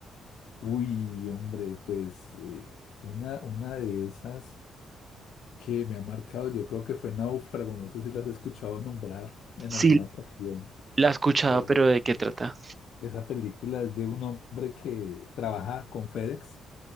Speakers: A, on the left; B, on the right.
A: Uy, hombre, pues eh, una, una de esas. que me ha marcado, yo creo que fue Náufrago, no sé si las has escuchado nombrar en
B: Sí,
A: alguna ocasión.
B: la he escuchado,
A: Eh,
B: pero ¿de qué trata?
A: Esa película es de un hombre que trabaja con FedEx,